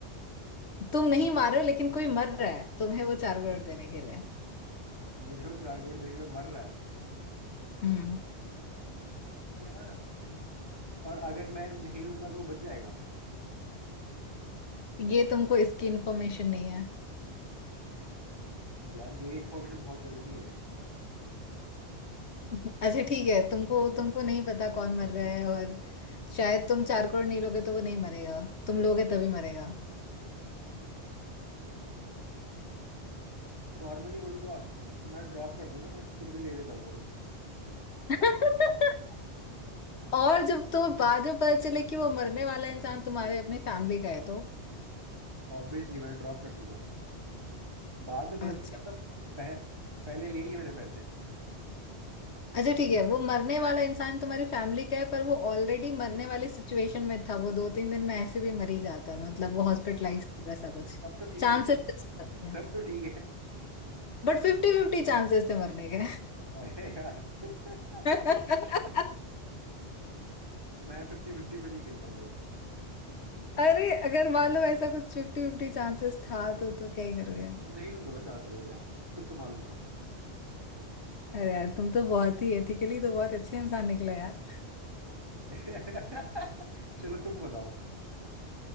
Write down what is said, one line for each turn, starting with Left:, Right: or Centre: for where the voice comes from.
Left: तुम नहीं मार रहे हो लेकिन कोई मर रहा है तुम्हें वो चार करोड़ देने के लिए
Right: मुझे वो चार करोड़ देने के लिए मर रहा है
Left: हम्म
Right: यार और अगर मैं नहीं लूंगा तो वो बच जाएगा
Left: ये तुमको इसकी इन्फॉर्मेशन नहीं
Right: <laughs> यार ये इन्फॉर्मेशन बहुत जरूरी है
Left: अच्छा ठीक है तुमको तुमको नहीं पता कौन मर रहा है और शायद तुम चार करोड़ नहीं लोगे तो वो नहीं मरेगा तुम लोगे तभी मरेगा
Right: नॉर्मली बोलूँ तो मैं ड्रॉप कर दूंगा बट फिर भी ले लेता हूँ चलो
Left: <laughs>
Right: <laughs>
Left: और जब तुम्हें बाद में पता चले कि वो मरने वाला इंसान तुम्हारे अपने फैमिली का है तो
Right: ऑब्वियसली मैं ड्रॉप कर दूंगा बाद में पता
Left: अच्छा
Right: चला मतलब पह, पहले ले लिए मैंने पैसे
Left: अच्छा ठीक है वो मरने वाला इंसान तुम्हारी फैमिली का है पर वो ऑलरेडी मरने वाली सिचुएशन में था वो दो तीन दिन में ऐसे भी मर ही जाता मतलब वो हॉस्पिटलाइज था ऐसा कुछ
Right: तब तो ठीक
Left: चांसेस
Right: है
Left: थे उसके मरने
Right: तब
Left: के,
Right: तो ठीक है
Left: बट फिफ्टी फिफ्टी चांसेस थे मरने के
Right: अरे यार <laughs>
Left: <laughs>
Right: मैं फिफ्टी फिफ्टी पे नहीं खेलता हूँ भाई
Left: अरे अगर मान लो ऐसा कुछ फिफ्टी फिफ्टी चांसेस था तो तो क्या ही करोगे
Right: तो नहीं लूंगा मैं चार करोड़ यार खुद कमा लूंगा
Left: अरे यार तुम तो बहुत ही एथिकली तो बहुत अच्छे इंसान निकले यार
Right: <laughs> चलो तुम बताओ